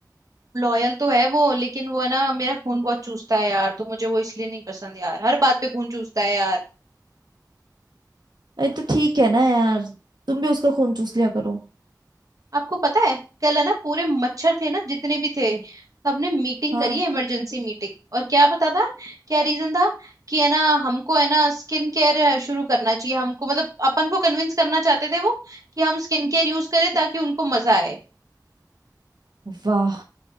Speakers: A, on the right; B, on the right.
A: लॉयल तो है वो लेकिन वो है ना मेरा खून बहुत चूसता है यार तो मुझे वो इसलिए नहीं पसंद यार हर बात पे खून चूसता है यार
B: अरे तो ठीक है ना यार तुम भी उसका खून चूस लिया करो
A: आपको पता है कल है ना पूरे मच्छर थे ना जितने भी थे सबने मीटिंग
B: हाँ
A: करी है इमरजेंसी मीटिंग और क्या पता था क्या रीजन था कि है ना हमको है ना स्किन केयर शुरू करना चाहिए हमको मतलब अपन को कन्विंस करना चाहते थे वो कि हम स्किन केयर यूज करें ताकि उनको मजा आए
B: वाह